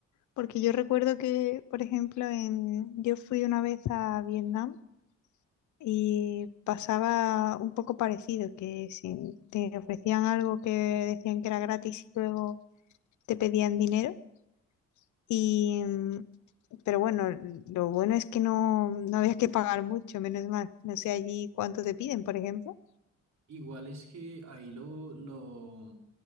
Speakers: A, on the left (about 75°); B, on the right (about 60°).
A: Porque yo recuerdo que, por ejemplo, en, yo fui una vez a Vietnam. Y pasaba un poco parecido, que si te ofrecían algo que decían que era gratis y luego te pedían dinero. Y, mm, pero bueno, lo bueno es que no, no había que pagar mucho, menos mal. No sé allí cuánto te piden, por ejemplo.
B: Igual es que ahí lo, lo,